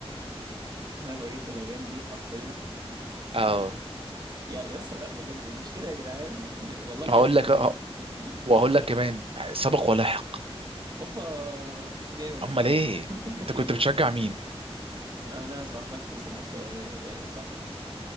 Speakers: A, on the right; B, on the right.
A: هو بجد الايام دي حرفيا
B: اه
A: يا يا اسطى لا بجد مش كده يا جدعان <laughs> والله بجد
B: هقول
A: الواحد
B: لك آه،
A: <laughs>
B: وهقول لك كمان سبق ولاحق
A: هوبا جامد
B: امال ايه
A: <laughs>
B: انت كنت بتشجع مين
A: انا صراحه كنت بسبح ص- يعني صايق